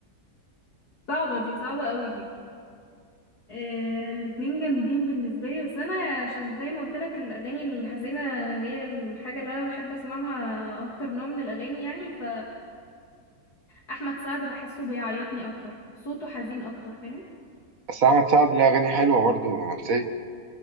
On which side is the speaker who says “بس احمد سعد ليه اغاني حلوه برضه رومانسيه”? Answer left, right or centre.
Right